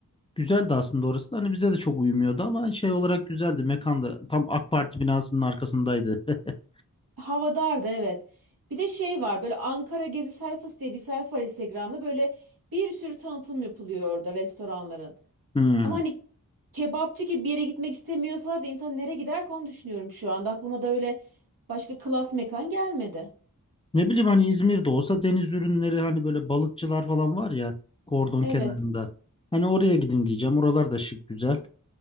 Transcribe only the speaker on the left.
Güzeldi aslında orası da hani bize de çok uyumuyordu ama şey olarak güzeldi. Mekan da tam AK Parti binasının arkasındaydı. <laughs>
Hmm.
Ne bileyim hani İzmir'de olsa deniz ürünleri hani böyle balıkçılar falan var ya kordon
kenarında. Hani oraya gidin diyeceğim. Oralar da şık güzel.